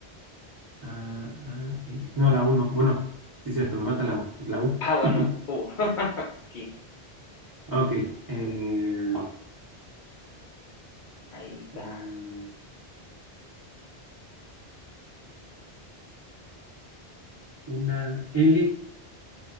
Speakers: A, on the right (about 30°); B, on the left (about 55°).
A: Ah, ah, eh, no, la U no. Bueno, sí, es cierto, me falta la U. Pues la U.
B: Ah, bueno,
A: <laughs>
B: U. <laughs> Aquí.
A: Ok. eh,
B: Ahí está.
A: eh, una L,